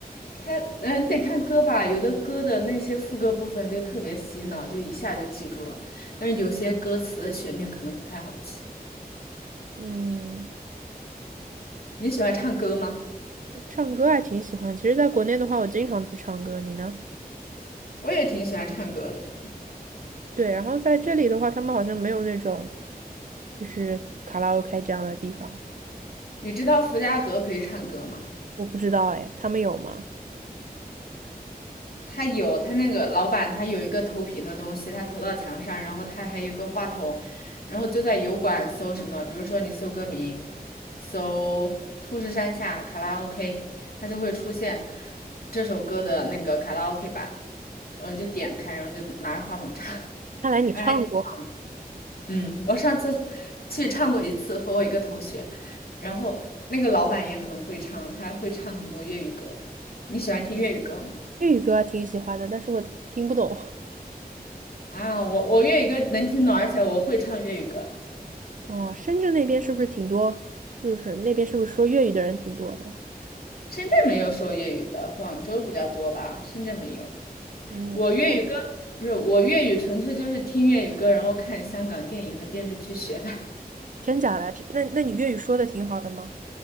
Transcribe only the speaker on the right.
嗯。
唱歌还挺喜欢。其实，在国内的话，我经常去唱歌。你呢？
对，然后在这里的话，他们好像没有那种就是卡拉 OK 这样的地方，
我不知道哎，他们有吗？
看来你唱过
粤语歌，还挺喜欢的，但是我听不懂。
<laughs> 哦，深圳那边是不是挺多？就是那边是不是说粤语的人挺多的？
嗯，
是
真假的？这那那你粤语说的挺好的吗？